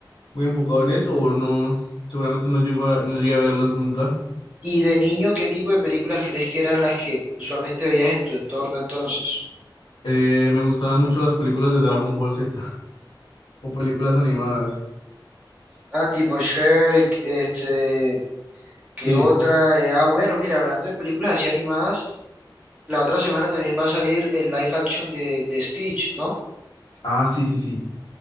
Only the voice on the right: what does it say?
Y de niño, ¿qué tipo de películas crees que eran las que usualmente veías en tu entorno entonces?
Ah, tipo Shrek, este,
¿Qué otra? Eh, ah, bueno, mira, hablando de películas así animadas, la otra semana también va a salir el live action de, de Stitch, ¿no?